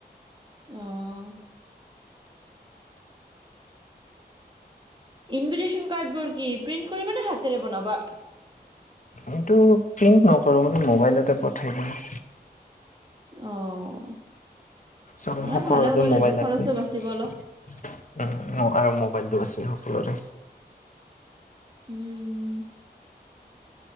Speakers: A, on the right; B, on the left.
A: অঁ। ইনভিটন কাৰ্ডবোৰ কি প্ৰিন্ট কৰিব নে হাতেৰে বনাবা?
B: এইটো প্ৰিন্ত ন কৰো মানে মোবাইলতে পঠাই দিওঁ।
A: অ'
B: চব-সকলোতে
A: এয়া ভালে হ'ব তেন্তে
B: মোবাইল
A: খৰচো
B: আছে, উম,
A: বাচিব অলপ
B: আৰু মো মোবাইলতো আছেই সকলোৰে।
A: উম।